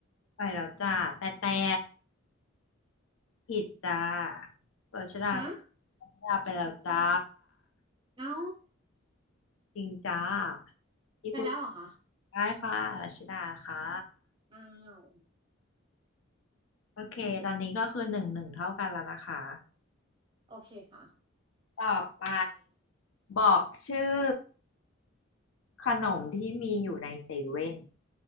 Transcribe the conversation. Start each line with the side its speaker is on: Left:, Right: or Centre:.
Left: ไปแล้วจ้าแต่แต่ผิดจ้ารัชดา
Right: ฮะ
Left: รัชดาไปแล้วจ้า
Right: เอ้า
Left: จริงจ้าที่พูด
Right: ไปแล้วเหรอคะ
Left: ได้ค่ะรัชดาค่ะ
Right: อ้าว
Left: โอเค ตอนนี้ก็คือหนึ่งหนึ่งเท่ากันแล้วนะคะ
Right: โอเคค่ะ
Left: ต่อไปบอกชื่อขนมที่มีอยู่ในเซเว่น